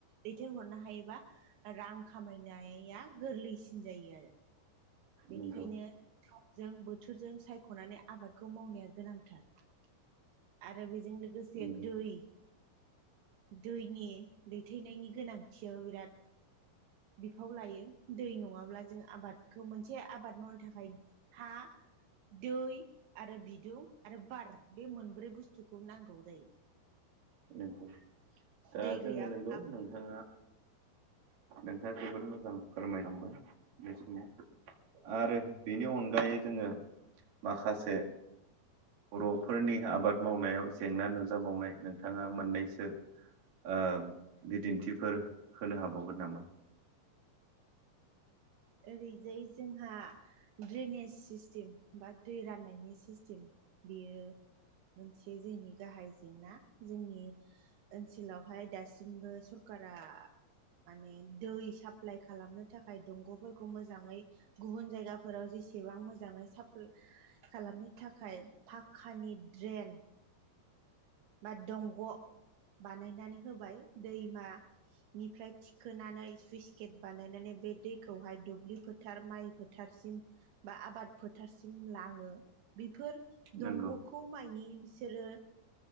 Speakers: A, on the right; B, on the right.
A: दैथायहरनो हायोबा रां खामायनाया गोरलैसिन जायो आरो बेनिखायनो
B: नंगौ
A: सजों बोथोरजों सायख'नानै आबादखौ मावनाया गोनांथार आरो बेजों लोगोसे
B: नंगौ
A: दै दैनि दैथायनायनि गोनांथियाबो बिराद बिफाव लायो दै नङाब्ला जों आबाद खौ मोनसे आबाद मावनो थाखाय हा दै आरो बिदुं आरो बार बे मोनब्रै बुस्थुखौ नांगौ जायो। <inaudible>
B: नंगौ दा
A: दै
B: जोङो
A: गैयाब्लाबो
B: नंगौ नोंथाङा नोंथाङा जोबोद मोजां फोरमायलांबाय बे समाव आरो बेनि अनगायै जोङो माखासे बर'फोरनि आबाद मावनायाव जेंना नुजाबावनाय नोंथाङा मोननैसो ओ बिदिन्थिफोर होनो हाबावगोन नामा?
A: ओरैजाय जोंहा ड्रेनेज सिस्टेम बा दै राननायनि सिस्टेम बियो मोनसे जोंनि गाहाय जेंना जोंनि ओनसोलावहाय दासिमबो सरखारारा माने दै स एप्लाइ खालामनो थाखाय दंग'फोरखौ मोजाङै गुबुन जायगाफोराव जेसेबां मोजाङै साप - खालामनो थाखाय पाखक्कानि ड्रेन बा दंग' बानायनानै होबाय दैमा निफ्राय थिखोनानै सुइस गेट बानायनानै बे दैखौहाय दुब्लि फो फोथार माइ फोथारसिम बा आबाद फोथारसिम लाङो। बेफोर
B: नंगौ
A: दंग'खौ माइनि बिसोरो